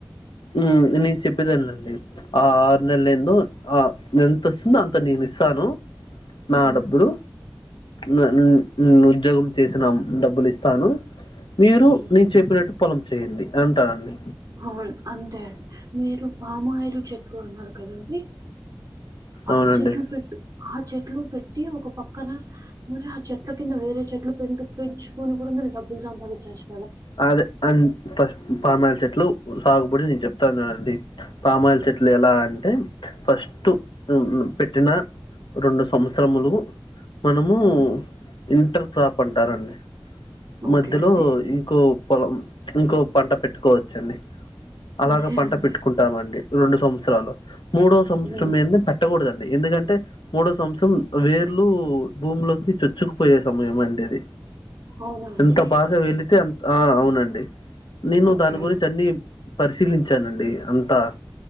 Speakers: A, on the left; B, on the right.
A: ఉ నేను చెప్పేదేనండి. ఆ ఆరు నెల ఎందో ఆ ఎంతొస్తుందో అంత నేను ఇస్తాను నా
B: ఉమ్,
A: డబ్బులు నా న్ ఉద్యోగం చేసినా డబ్బులు ఇస్తాను మీరు
B: ఉమ్.
A: మీ చెప్పినట్టు పొలం చేయండి అంటానండి
B: అవును అంతే మీరు పామాయిల్ చెట్లు అన్నారు కదండి ఆ
A: అవునండి
B: చెట్లు పెట్టు ఆ చెట్లు పెట్టి ఒక పక్కన మరి ఆ చెట్ల కింద వేరే చెట్లు పెంటు పెంచుకొని కూడా మీరు డబ్బులు సంపాదించొచ్చు.
A: అదే అ పా పామాయిలు చెట్లు సాగుబడి నేను చెప్తా చూడండి. పామాయిల్
B: ఉమ్,
A: చెట్లు ఎలా అంటే ఫస్టు పెట్టిన రెండు సంవత్సరములు మనము
B: ఉమ్.
A: ఇంటర్ క్రాప్ అంటారండి
B: ఓకే
A: మధ్యలో
B: అండి
A: ఈ పొలం ఇంకో పంట పెట్టుకోవచ్చండి అలాగా
B: అదే
A: పంట
B: అండి
A: పెట్టుకుంటామండి రెండు సంవత్సరాలు మూడో సంవత్సరం
B: ఉమ్.
A: ఏన్ మేం పెట్టకూడదండి ఎందుకంటే మూడో సంవత్సరం వేర్లు భూములోకి చొచ్చుకుపోయే సమయం అండి ఇది
B: అవునా అండి
A: ఎంత బాగా వెళితే అం ఆ అవునండి నేను
B: ఓకే
A: దాని గురించి అన్నీ పరిశీలించానండి అంతా